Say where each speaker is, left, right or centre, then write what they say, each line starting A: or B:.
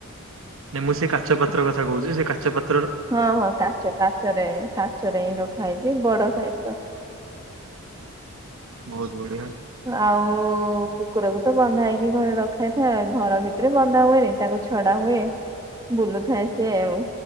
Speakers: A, on the right; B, on the right.
A: ନାଇଁ ମୁଁ ସେ କାଚ ପାତ୍ର କଥା କହୁଚି ସେ କାଚ ପା
B: ହଁ ହଁ କାଚ କାଚରେ କାଚରେ ହିଁ ରଖା ହେଇଛି ବଡ ସାଇଜର।
A: ବହୁତ ବଢିଆ।
B: ଆଉ କୁକୁରକୁ ତ ବନ୍ଧା ହେଇକି ଘରେ ରଖା ହେଇଥାଏ, ଘର ଭିତରେ ବନ୍ଧା ହୁଏନି। ତାକୁ ଛଡା ହୁଏ। ବୁଲୁଥାଏ ସିଏ ଆଉ,